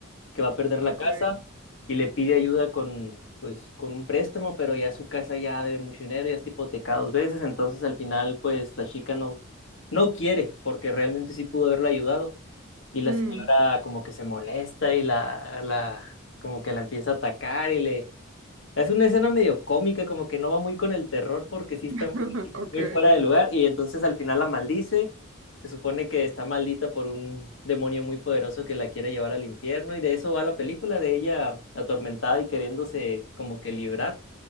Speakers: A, on the left; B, on the right.
A: que va a perder
B: Ok.
A: la casa y le pide ayuda con, pues, con un préstamo, pero ya su casa ya debe mucho dinero, ya está hipotecada dos veces, entonces al final, pues, la chica no, no quiere, porque realmente sí pudo haberla ayudado, y la
B: Mm.
A: señora como que se molesta y la, la, como que la empieza a atacar y le es una escena medio cómica, como que no va muy con el terror porque sí está
B: <laughs>
A: muy,
B: Ok.
A: muy fuera de lugar y entonces al final la maldice. Se supone que está maldita por un demonio muy poderoso que la quiere llevar al infierno y de eso va la película, de ella atormentada y queriéndose como que librar,